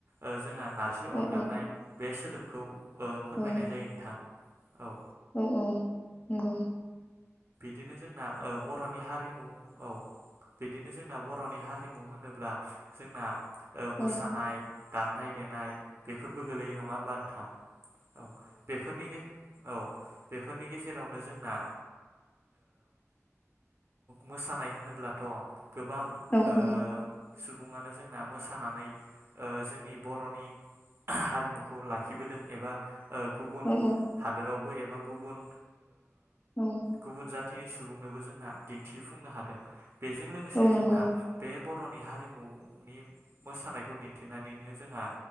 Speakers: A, on the right (about 55°); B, on the left (about 30°).
A: ओ जोंहानो नारजि
B: औ
A: अरगारनाय
B: नंगौ
A: बे सोदोब खौ ओ फोरमायनाय
B: ओ
A: जायो नोंथां औ
B: औ औ नंगौ
A: बिदिनो जोंना ओ बर'नि हारिमु औ बिदिनो जोंना बर'नि हारिमु होनोब्ला जोंना ओ मोसानाय
B: औ
A: दामनाय देनाय बेफोरबो गोलैयो नङा होमबा नोंथां औ बेफोरनि औ बेफोरनि गेजेरावनो जोंना मोसानाय होनोब्लाथ' गोबां
B: औ
A: ओ
B: औ औ
A: सुबुङानो जों मोसानानै ओ जोंनि बर'नि हारिमुखौ लाखिबोदों एबा गुबुन
B: औ
A: हादोराव एबा गुबुन
B: औ औ
A: गुबुन जाथि सुबुंनोबो जोंना दिन्थिफुंनो हादों बेजों लोगोसे
B: औ नंगौ
A: जोंना बे बर'नि हारिमु नि मोसानायखौ दिन्थिनानैनो जोंहा